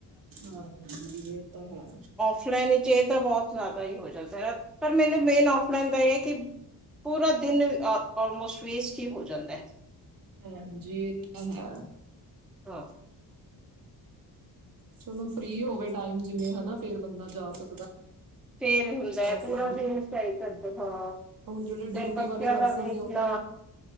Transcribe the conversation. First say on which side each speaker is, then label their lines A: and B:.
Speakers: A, on the right; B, in the centre.
A: ਹਾਂਜੀ ਇਹ ਤਾਂ ਹੈ
B: ਫਲਾਈਨ ਵਿੱਚ ਇਹ ਤਾਂ ਬਹੁਤ ਜ਼ਿਆਦਾ ਹੀ ਹੋ ਜਾਂਦਾ ਹੈ, ਪਰ ਮੈਨੂੰ ਮੇਨ ਫਲਾਈਨ ਦਾ ਇਹ ਹੈ ਕਿ ਪੂਰਾ ਦਿਨ ਆਲਮੋਸਟ ਵੇਸਟ ਹੀ ਹੋ ਜਾਂਦਾ ਹੈ।
A: ਹਾਂਜੀ ਇਹ ਤਾਂ
B: ਹਾਂ
A: ਚਲੋ ਫ੍ਰਰੀ ਹੋਵੇ ਟਾਈਮ ਜਿਵੇਂ ਹਨਾ ਫੇਿਰ ਬੰਦਾ ਜਾ ਸਕਦਾ
B: ਫੇਰ ਹੁੰਦਾ ਆ
A: ਆਫਲਾਈਨ
B: ਪੂਰਾ ਦਿਨਈ ਕਰਦ ਹਾਂ
A: ਹੁਣ ਜਿਹੜੇ ਡਿਊਟੀ
B: ਮੈਨ ਬੱਚਿਆ
A: ਵਾਲੇ ਪਰਸਨ
B: ਦਾ ਦੇਖ
A: ਨੇ ਉਹ
B: ਲ
A: ਤਾਂ